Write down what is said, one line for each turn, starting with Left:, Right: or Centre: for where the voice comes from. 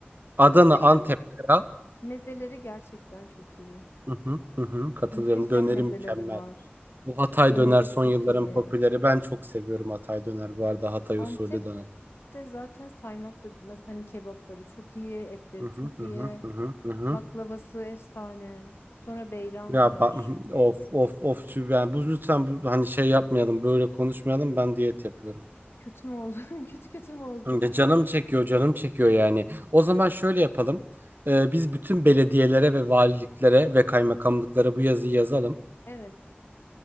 Right: Adana
Left: Hatay'ın
Right: Antep kral.
Left: mezeleri gerçekten çok iyi.
Right: Hı hı, hı hı, katılıyorum.
Left: Muhteşem
Right: Döneri
Left: mezeleri
Right: mükemmel.
Left: var.
Right: Bu Hatay
Left: Döneri
Right: döner son
Left: çok
Right: yılların
Left: iyi.
Right: popüleri. Ben çok seviyorum Hatay döner bu arada Hatay usulü
Left: Antep'te
Right: döner.
Left: zaten saymakla bitmez. Hani kebapları çok iyi, etleri
Right: Hı hı,
Left: çok
Right: hı
Left: iyi.
Right: hı, hı hı, hı hı.
Left: Baklavası efsane. Sonra beyran
Right: Ya
Left: var.
Right: ba- of of of Sü- yani bu lütfen bu, hani şey yapmayalım böyle konuşmayalım ben diyet yapıyorum.
Left: Kötü mü oldun? <laughs> Kötü kötü mü oldun?
Right: Ya Canım çekiyor canım çekiyor yani. O zaman şöyle yapalım. Ee, biz bütün belediyelere ve valiliklere ve kaymakamlıklara bu yazıyı yazalım.
Left: Evet.